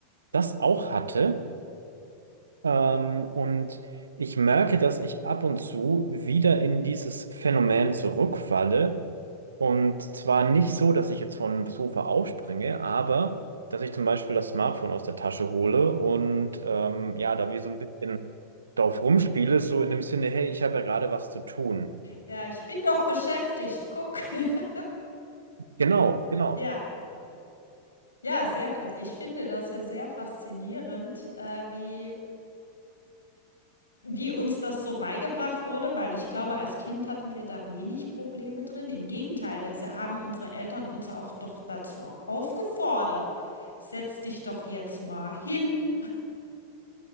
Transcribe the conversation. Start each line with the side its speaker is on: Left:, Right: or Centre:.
Right: das auch hatte. Ähm, und ich merke, dass ich ab und zu wieder in dieses Phänomen zurückfalle. Und zwar nicht so, dass ich jetzt vom Sofa aufspringe, aber dass ich zum Beispiel das Smartphone aus der Tasche hole und ähm, ja, da wie so ein bisschen drauf rumspiele, so in dem Sinne, hey, ich habe ja gerade was zu tun.
Left: „Ja, ich bin doch beschäftigt, guck.“ <laughs>
Right: Genau, genau.
Left: Ja, ja, sehr ich finde das ja sehr faszinierend, äh, wie Wie uns das so beigebracht wurde, weil ich glaube, als Kind hatten wir da wenig Probleme drin. Im Gegenteil, da haben unsere Eltern uns auch doch dazu aufgefordert. Setz dich doch jetzt mal hin,